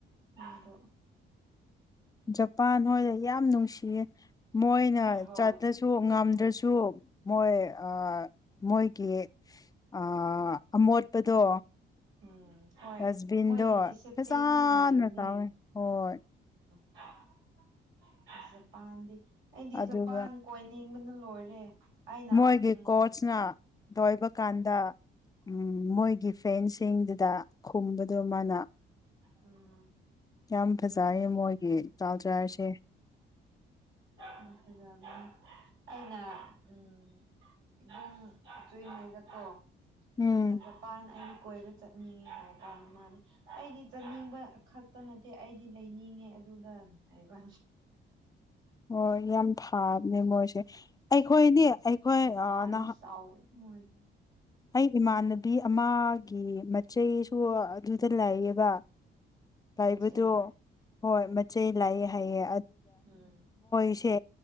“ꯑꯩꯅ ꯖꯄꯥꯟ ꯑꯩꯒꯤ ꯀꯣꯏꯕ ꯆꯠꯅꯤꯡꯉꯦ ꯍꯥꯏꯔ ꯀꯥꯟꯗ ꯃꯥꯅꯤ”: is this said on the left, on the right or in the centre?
Right